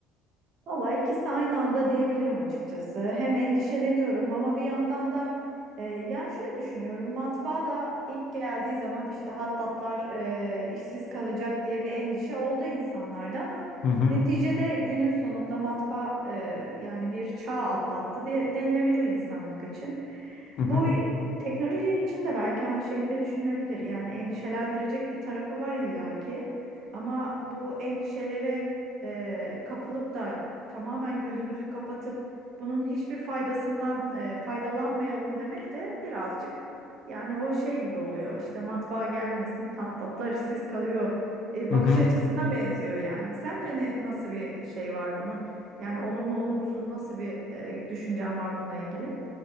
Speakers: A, on the right; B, on the left.
A: Valla ikisi aynı anda diyebilirim açıkçası. Hem endişeleniyorum ama bir yandan da e, yani şöyle düşünüyorum. Matbaa da ilk geldiği zaman işte hattatlar e, işsiz kalacak diye bir endişe oldu insanlarda ama
B: Hı hı
A: neticede günün sonunda matbaa e, yani bir çağ atlattı diye denilebilir insanlık için.
B: hı hı
A: Bu e, teknoloji için de belki aynı şekilde düşünülebilir. Yani endişelendirecek bir tarafı var illaki ama bu endişelere e, kapılıp da tamamen gözümüzü kapatıp bunun hiçbir faydasından e, faydalanmayalım demek de birazcık yani o şey gibi oluyor işte matbaa gelmesin hattatlar işsiz kalıyor e,
B: hı
A: bakış
B: hı.
A: açısına benziyor yani. Sence ne nasıl bir şey var bunun? Yani olumlu olumsuz nasıl bir e, düşüncen var bununla ilgili?